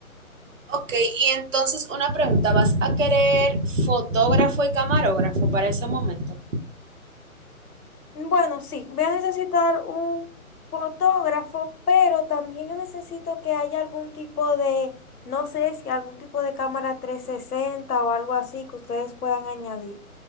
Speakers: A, on the right (about 60°); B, on the left (about 85°).
A: Ok, y entonces una pregunta, ¿vas a querer fotógrafo y camarógrafo para ese momento?
B: Bueno, sí, voy a necesitar un fotógrafo, pero también yo necesito que haya algún tipo de, no sé si algún tipo de cámara 360 o algo así que ustedes puedan añadir.